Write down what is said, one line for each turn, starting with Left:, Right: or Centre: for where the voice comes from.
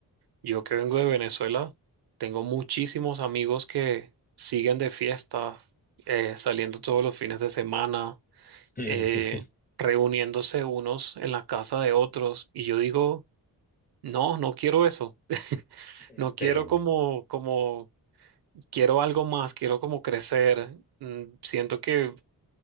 Right: yo que vengo de Venezuela, tengo muchísimos amigos que siguen de fiesta, eh, saliendo todos los fines de semana
Left: Sí,
Right: eh,
Left: sí,
Right: reuniéndose unos en la casa de otros y yo digo, no, no quiero eso, <laughs>
Left: sí.
Right: no quiero
Left: Eh,
Right: como, como, quiero algo más, quiero como crecer, Mm, siento que